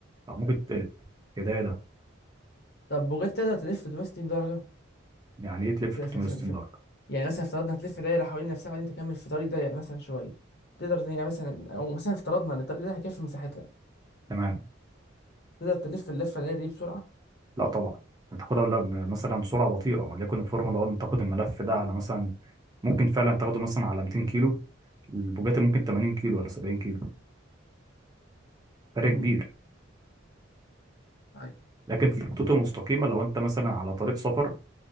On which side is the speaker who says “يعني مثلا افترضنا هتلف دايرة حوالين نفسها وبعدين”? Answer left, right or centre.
Left